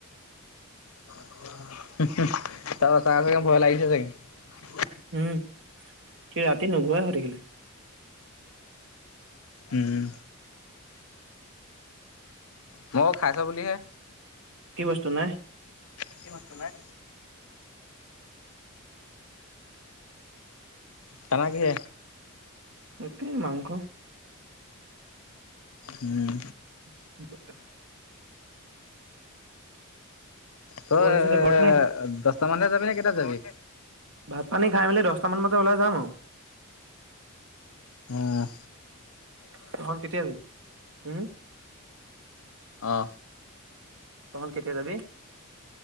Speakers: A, on the left (about 75°); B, on the right (about 65°).
A: <inaudible> তাৰ চাগে ভয় লাগিছে। ছাগি
B: উম, কি ৰাতি নুঘোৱাই হৈ থাকিলে।
A: উম। মই খাইছো বুলিহে
B: কি বস্তু নাই?
A: কি বত নাই। তেনেকে
B: এই মাংস
A: উম।
B: <inaudible>
A: তই
B: আছ এতিয়া
A: এ
B: ঘৰত নে
A: দছটা মানহে যাব নে কেইটা যাবি?
B: ভাত পানী খাই মেলি দহটা মান বজাত ওলাই যাম আৰু।
A: উম।
B: তখন কেতিয়া যিবি উম
A: অ'।
B: তহত কেতিয়া জাবি?